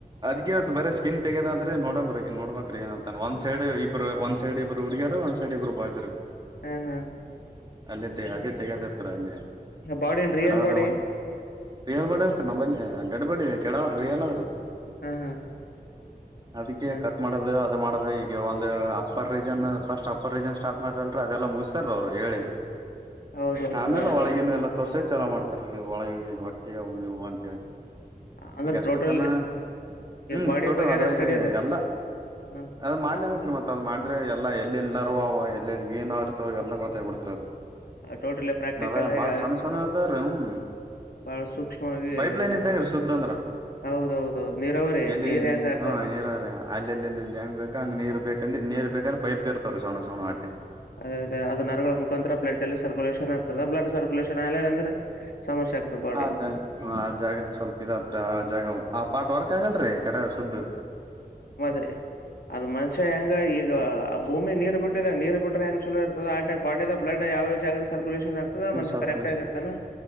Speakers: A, on the right; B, on the left.
A: ಅದ್ಕೇ ಅದ್ ಬರೆ ಸ್ಕಿನ್ ತಗೆದಾದ್ರ ನೊಡಂಬರಿ ನೋಡ್ಬಬೇಕ್ರೀ ಏನಂತಾನ ಒಂದ ಸೈಡ್ ಇಬ್ರು ಒನ್ ಸೈಡ್ ಇಬ್ಬರು ಹುಡಗ್ಯಾರ ಒಂದ್ ಸೈಡ್ ಇಬ್ರು ಬಾಯ್ಸ್ ರಿ.
B: ಹ್ಮ್ ಹ್ಮ್.
A: ಅಲ್ಲೇ ತ ಅದೇ ತೆಗೆದತ್ರರ ಅಲ್ಲಿ
B: ಬಾಡಿ ಏನ್
A: ಕೆಡವರಲ್
B: ರಿಯಲ್ ಬಾಡಿ
A: ಬಿಯರ್ ಬಾಟಲ್ ತೊ ನಾ ಬಂದೆ ಅಲ್ಲೇ ಎಡಬೇಡಿ ರಿಯಲ್ಗರದು
B: ಹ ಹಾ
A: ಅದಕ್ಕೆ
B: ಹ
A: ಕಟ್ ಮಾಡದು ಅದು ಮಾಡದ ಈಗ ಒಂದು upper region first upper region start ಮಾಡತಲ್ೀ ಅದೆಲ್ಲ ಮುಗಿಸತಾರ ಅವ್ರು ಹೇಳಿ
B: ಹೌದೌದು
A: ಆಮೇಲೆ
B: ಹೌದೌದು
A: ಒಳಗಿನವ ಎಲ್ಲಾ ತೋರ್ಸಕ ಚಲೋ ಮಾಡ್ತಾರ ಒಳಗ ಹೊಟ್ಟಿ ಅವು ಇವು ಅಂತೇಳಿ.
B: ಅಂದ್ರೆ
A: ಈಗ ಅಷ್ಟತನ
B: ಟೋಟಲ್
A: ಹ್ಮ್
B: ಬಾಡಿ
A: ಟೋಟಲ್
B: ಬಗ್ಗೆದ
A: ಅದ್ರಾಗ
B: ಸ್ಟಡಿ ಅದು
A: ಎಲ್ಲ
B: ಹ
A: ಅದ ಮಾಡ್ಲೆ ಬೇಕರಿ ಮತ್ ಅದ ಮಾಡಿದ್ರೆ ಎಲ್ಲ ಎಲ್ಲಿಲ್ಲಿ ನರ್ವ ಅವು ಎಲ್ಲಲ್ಲಿ ವೀನ್ ಇರ್ತವ ಎಲ್ಲ ಗೊತ್ತಾಗಿ ಬಿಡ್ತರ ಅದು.
B: ಟೋಟಲಿ ಪ್ರಾಕ್ಟಿಕಲ್
A: ನಾವ
B: ಆಗಿ
A: ಬಾಳ ಸಣ್ಣ ಸಣ್ಣ
B: ಹ
A: ಇತ್ರೀ ಹ್ಮ
B: ಬಹಳ ಸೂಕ್ಷ್ಮವಾಗಿ
A: ಪೈಪ್ಲೈನ್
B: ಇದು ಮಾಡುವ
A: ಇದ್ದಂಗ ರೀ ಸುದ್ದ ಅಂದ್ರ. <unintelligible>
B: ಹೌದೌದು ನೀರಾವರಿ
A: ಎಲ್ಲಿ
B: ನೀರ್ ಹೆಂಗ ಆತ
A: ಹಾ ನೀರ್ರ ಅಲ್ಲೆಲ್ಲೆಲ್ಲಿ. ಹೆಂಗ್ ಬೇಕಾಂಗ ನೀರ್ ಬೇಕ ಅಲ್ಲಿ ನೀರ್ ಬೇಕಾದ್ರೆ ಪೈಪ್ ಇರ್ತಾವರಿ ಸಣ್ಣ ಸಣ್ಣ ಆಟೆ.
B: ಅದೇ ಅದೇ ಅದು ನರಗಳು ಮು ಮುಖಾಂತ್ರ ಬ್ಲಡ್ ಎಲ್ಲ ಸರ್ಕ್ಯುಲೇಷನ್ ಆಗ್ತದೆ ಬ್ಲಡ್ ಸರ್ಕ್ಯುಲೇಷನ್ ಆಲಿಲ್ ಅಂದ್ರೆ ಸಮಸ್ಯೆ ಆಗ್ತದೆ ಬಾಡಿಗೆ.
A: ಆ ಜಾಗ ಆ ಜಾಗಕ್ಕೆ ಸ್ವಲ್ಪ ಇದತ್ರ ಆ ಜಾಗ ಆ ಪಾಟ್ ವರ್ಕ್ ಆಗಲ್ರೀ ಕರೆ ಶುದ್ದ.
B: ಮದ್ರೆ ಅದ್ ಮನ್ಷ್ಯ ಹೆಂಗ ಈಗ ಆ ಭೂಮಿ ನೀರ್ ಬಿಟ್ಟ ನೀರು ಬಿಟ್ರೆ ಹೆಂಗ ಚೂಲೊ ಇರತದ ಆ ಟೈಪ ಬಾಡಿ ದ ಬ್ಲಡ್ ಯಾವ್ಯಾವ ಜಾಗದಾಗ ಸರ್ಕ್ಯುಲೇಷನ್ ಆಗತದ ಮನಷ್ಯ
A: ಸರ್ಕುಲೇಷನ್
B: ಕರೆಕ್ಟ್ ಆಗಿ ಇರ್ತಾನ